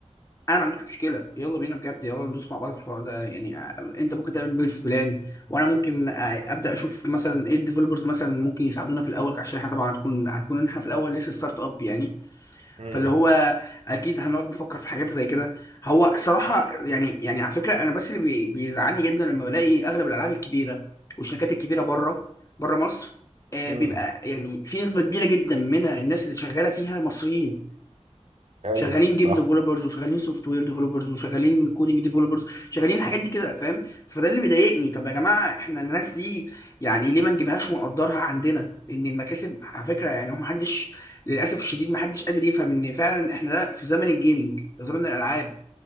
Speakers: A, on the left; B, on the right.
A: انا ما عنديش مشكلة يلا بينا بجد يلا ندوس مع بعض في الحوار ده يعني آه، انت ممكن تعمل بيزنس بلان وانا ممكن آه، ابدا اشوف مثلا ايه الديفلوبرز مثلا ممكن يساعدونا في الاول عشان احنا طبعا هتكون هتكون احنا في الاول لسه ستارت اب يعني
B: امم
A: فاللي هو اكيد هنقعد نفكر في حاجات زي كده هو الصراحه يعني يعني على فكره انا بس اللي بي- بيزعلني جدا لما بلاقي اغلب الالعاب الكبيره والشركات الكبيره بره بره مصر آه
B: امم
A: بيبقى يعني في نسبه كبيره جدا من الناس اللي شغاله فيها مصريين
B: ايوه
A: شغالين جيم
B: صح
A: ديفلوبرز وشغالين سوفت وير ديفلوبرز وشغالين كودينج ديفلوبرز شغالين الحاجات دي كده فاهم فده اللي مضايقني طب يا جماعه احنا الناس دي يعني ليه ما نجيبهاش ونقدرها عندنا لان المكاسب على فكره يعني هو محدش للاسف الشديد محدش قادر يفهم ان فعلا احنا ده في زمن الجيمنج زمن الالعاب